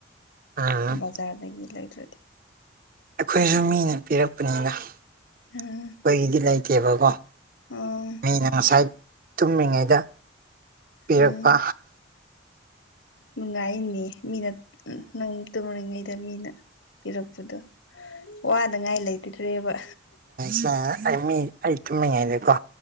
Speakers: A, on the right; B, on the left.
A: ꯎꯝ
B: ꯕꯖꯥꯔꯗꯒꯤ ꯂꯩꯗ꯭ꯔꯗꯤ
A: ꯑꯩꯈꯣꯏꯁꯨ ꯃꯤꯅ ꯄꯤꯔꯛꯄꯅꯤꯅ ꯑꯩꯈꯣꯏꯒꯤꯗꯤ
B: ꯎꯝ
A: ꯂꯩꯇꯦꯕꯀꯣ
B: ꯑꯣ
A: ꯑꯩꯅ ꯉꯁꯥꯏ ꯇꯨꯝꯃꯤꯉꯩꯗ ꯄꯤꯔꯛꯄ
B: ꯎꯝ ꯅꯨꯡꯉꯥꯏꯅꯤ ꯃꯤꯅ ꯅꯪ ꯇꯨꯝꯔꯤꯉꯩꯗ ꯃꯤꯅ ꯄꯤꯔꯛꯄꯗꯣ ꯋꯥꯅꯉꯥꯏ ꯂꯩꯇꯔꯦꯕ
A: ꯆꯥ ꯑꯩ ꯃꯤ ꯑꯩ ꯇꯨꯝꯃꯤꯉꯩꯗꯀꯣ